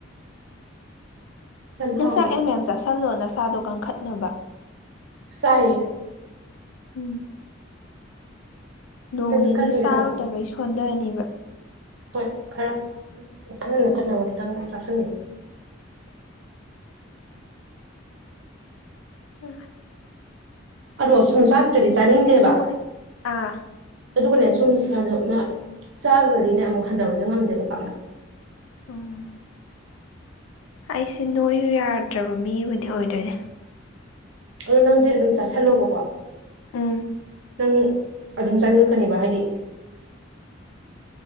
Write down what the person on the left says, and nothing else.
ꯅꯤꯡꯅꯨꯡꯆꯥꯛ
ꯑꯦꯝ ꯑꯦꯝ ꯆꯥꯁꯤꯜꯂꯣ ꯅꯁꯥꯗꯣ ꯀꯟꯈꯠꯅꯕ
ꯎꯝ ꯅꯣꯡ
ꯅꯤꯅꯤ
ꯆꯥꯔꯨꯗꯕꯩ
ꯁꯣꯟꯊꯅꯤꯕ
ꯎ
ꯅꯣꯏ ꯑꯥ
ꯎꯝ ꯑꯩꯁꯦ ꯅꯣꯏꯁꯨ ꯌꯥꯗ꯭ꯔꯕ ꯃꯤ ꯑꯃꯗꯤ ꯑꯣꯏꯗꯣꯏꯅꯦ
ꯎꯝ